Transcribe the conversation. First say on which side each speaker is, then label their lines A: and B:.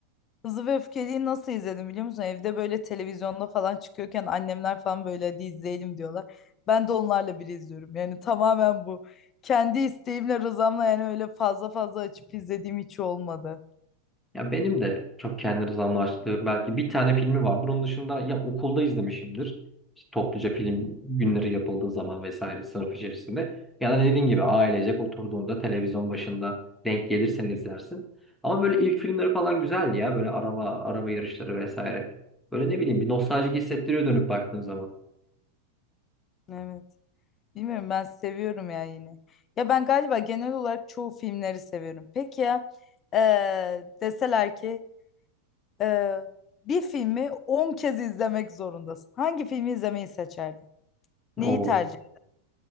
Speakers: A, on the left; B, in the centre.
A: Hızlı ve Öfkeli'yi nasıl izledim biliyor musun? Evde böyle televizyonda falan çıkıyorken annemler falan böyle hadi izleyelim diyorlar. Ben de onlarla bir izliyorum. Yani tamamen bu. Kendi isteğimle, rızamla yani öyle fazla fazla açıp izlediğim hiç olmadı.
B: Ya benim de çok kendi rızamla açtığı belki bir tane filmi vardır. Onun dışında ya okulda izlemişimdir. İşte topluca film günleri yapıldığı zaman vesaire sınıf içerisinde. Ya da dediğin gibi ailecek oturduğunda televizyon başında denk gelirsen izlersin. Ama böyle ilk filmleri falan güzeldi ya. Böyle araba araba yarışları vesaire. Böyle ne bileyim bir nostaljik hissettiriyor dönüp baktığın zaman.
A: Evet. Bilmiyorum ben seviyorum ya yine. Ya ben galiba genel olarak çoğu filmleri seviyorum. Peki ya eee, deseler ki eee, bir filmi 10 kez izlemek zorundasın. Hangi filmi izlemeyi seçerdin? Neyi
B: Oo.
A: tercih?